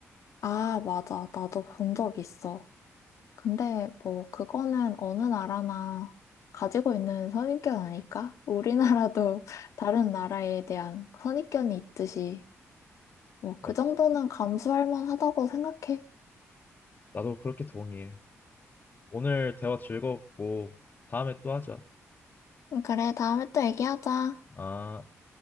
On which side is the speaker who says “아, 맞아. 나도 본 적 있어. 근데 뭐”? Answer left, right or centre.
Left